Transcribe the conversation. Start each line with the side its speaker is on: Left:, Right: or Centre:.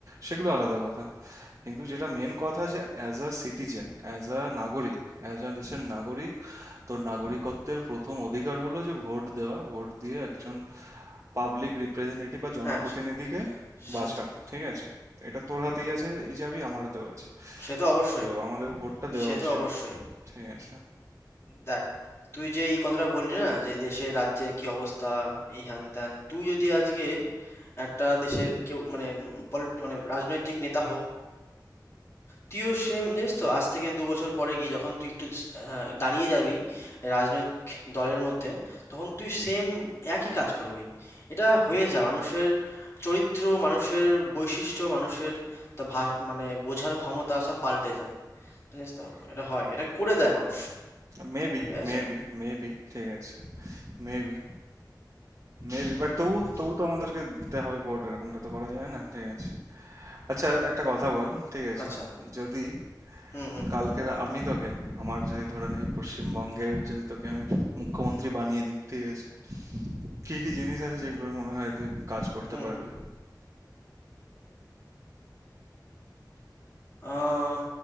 Right: সেগুলো আলাদা কথা কিন্তু যেটা মেন কথা যে as a citizen as a নাগরিক অ্যাজ আ দেশের নাগরিক তোর নাগরিকত্বের প্রথম অধিকার হলো যে ভোট দেওয়া ভোট দিয়ে একজন পাবলিক রিপ্রেজেন্টেটিভ বা জনপ্রতিনিধিকে
Left: হ্যাঁ সে সে
Right: বাছা
Left: তো
Right: ঠিক আছে এটা তোর হাতেই আছে এই চাবি আমার হাতেও আছে
Left: সে তো অবশ্যই
Right: তো আমাদের ভোটটা দেওয়া
Left: সে
Right: উচিত
Left: তো অবশ্যই
Right: ঠিক আছে
Left: দেখ তুই যে এই কথাটা বললি না যে দেশের রাজ্যের কি অবস্থা এই হ্যান ত্যান তুই যদি আজকে একটা দেশের কেউ মানে উম, পল- মানে রাজনৈতিক নেতা হোক তুইও সেম জানিস তো আজ থেকে দু বছর পরে গিয়ে যখন তুই একটু স- আহ, দাঁড়িয়ে যাবি রাজনৈতিক দলের মধ্যে তখন তুই সেম একই কাজ করবি এটা হয়ে যা মানুষের চরিত্র মানুষের বৈশিষ্ট্য মানুষের তা ভাষ- মানে বোঝার ক্ষমতা সব পাল্টে যায় জানিস তো এটা হয় এটা করে দেয় মানুষ
Right: মেবি
Left: ঠিক আছে
Right: মেবি মেবি ঠিক আছে মেবি মেবি বাট তবু তবু তো আমাদেরকে দিতে হবে ভোট এরকমটা তো করা যায় না ঠিক আছে আচ্ছা একটা কথা বল ঠিক আছে
Left: আচ্ছা
Right: যদি
Left: হুম, হুম, হুম,
Right: কালকে
Left: বল।
Right: আমি তোকে আমার যদি ধরেন এই পশ্চিমবঙ্গের যদি তোকে আমি মুখ্যমন্ত্রী বানিয়ে দিই ঠিক আছে কি কি জিনিস আছে যেগুলোর মনে হয় তুই কাজ করতে
Left: হুম,
Right: পারবি
Left: আহ